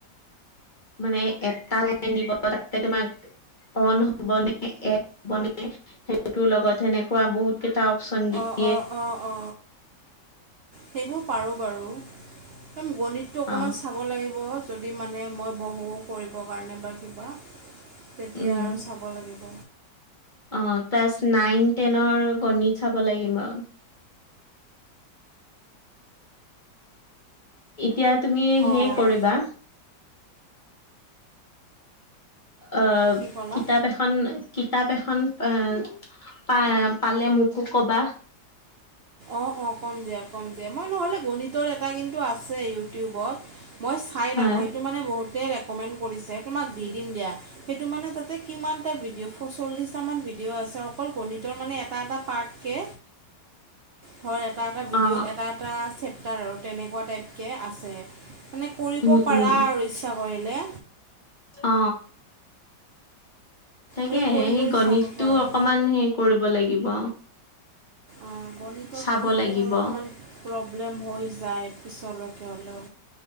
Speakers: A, on the left (about 30°); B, on the right (about 75°).
A: মানে এটা লাইন দিব তাতে তোমাক অন হ'বনে এণ্ড হ'ব নে সেইটোৰ লগত সেনেকোৱা বহুত কেইটা অপচন দিয়ে
B: অ অ অ সেইবোৰ পাৰো বাৰু একদম গণিত টো অকণমান
A: অ
B: চাব লাগিব যদি মানে মই বহো কৰিবৰ কাৰণে বা কিবা তেতিয়া
A: উম
B: আৰু চাব লাগিব
A: অ ক্লাছ নাইন টেনৰ গণিত চাব লাগিব আৰু এতিয়া তুমি
B: অঁ
A: হেই কৰিবা অ
B: কি ক'লা
A: কিতাপ এখন এখন কিতাপ এখন এ পা পালে মোকো কবা
B: অ অ কম দিয়া কম দিয়া মই নহ'লে গণিতৰ এটা কিন্তু আছে ইউটিউবত মই চাই
A: হয়
B: থাকো এই সেইটোত মানে বহুতে এ কমেণ্ট কৰিছে তোমাক দি দিম দিয়া সেইটো মানে কিমানটা ভিডিঅ এশ চল্লিছটামান ভিডিঅ' আছে অকল গণিতৰ মানে এটা এটা পাৰ্টকে ধৰ এটা এটা ভিডিঅ'ত
A: অ
B: এটা এটা চেপ্টাৰ আৰু তেনেকোৱা টাইপকে আছে মানে কৰিব
A: উম
B: পাৰা
A: উম
B: আৰু ইচ্ছা কৰিলে
A: অ তাকে
B: আৰু কৰি
A: সেই
B: কৰি
A: গণিতটো
B: চাব পাৰা
A: অকমান হেৰি কৰিব লাগিব
B: অ গণিতত
A: চাব
B: কিন্তু
A: লাগিব।
B: অলপমান প্ৰব্লেম হৈ যায় পিছলৈকে হ'লেও